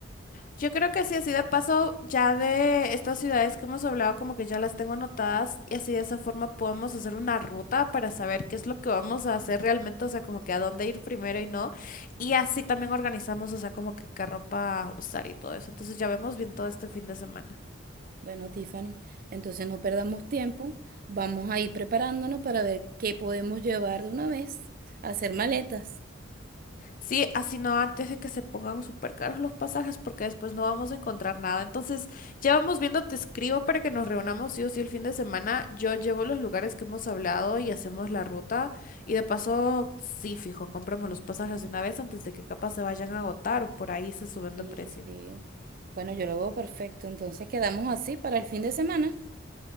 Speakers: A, on the left; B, on the right.
A: Yo creo que sí, así de paso, ya de estas ciudades que hemos hablado, como que ya las tengo anotadas y así de esa forma podemos hacer una ruta para saber qué es lo que vamos a hacer realmente, o sea, como que a dónde ir primero y no. Y así también organizamos, o sea, como que qué ropa usar y todo eso. Entonces ya vemos bien todo este fin de semana.
B: Bueno, Tiffany, entonces no perdamos tiempo. Vamos a ir preparándonos para ver qué podemos llevar de una vez, hacer maletas.
A: Sí, así no antes de que se pongan súper caros los pasajes porque después no vamos a encontrar nada. Entonces, ya vamos viendo, te escribo para que nos reunamos sí o sí el fin de semana. Yo llevo los lugares que hemos hablado y hacemos la ruta. Y de paso, sí, fijo, compramos los pasajes de una vez antes de que capaz se vayan a agotar o por ahí se suben
B: Sí,
A: de precio.
B: sí. Bueno, yo lo veo perfecto. Entonces quedamos así para el fin de semana.